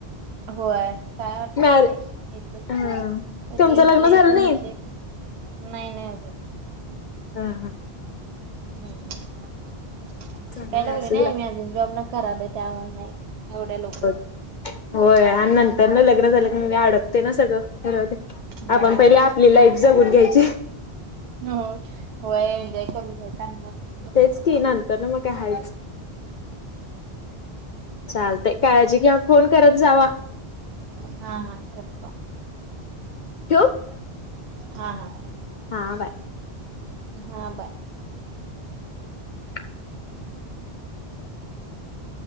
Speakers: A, on the right; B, on the left.
A: होय काय वाटतात
B: मॅर
A: नाहीेतच
B: हा तुमचं
A: इेतले
B: लग्न झालं
A: तर
B: नाही?
A: घेतले तर नाही नाही आज
B: हा हा
A: हम्म
B: चांगलं
A: शिकायला
B: आहे
A: लागले
B: असू
A: ना
B: द्या.
A: मी अजून जाँब नाही करत त्यामुळे नाही एवढ्या लवकर
B: हो होय आणि नंतर ना लग्न झालं की अडकते ना सगळं
A: होय
B: आपण पहिले आपली लाईफ जगून घ्यायची
A: हो वय एनजॉय करून घ्यायचा आणि मग करतो
B: तेच
A: मग ते.
B: की नंतर ना मग काय हायच चालते काळजी की घ्या फोन करत जावा
A: हा हा करत
B: को <inaudible>
A: हा हा
B: हा बर
A: हा बाय
B: <inaudible>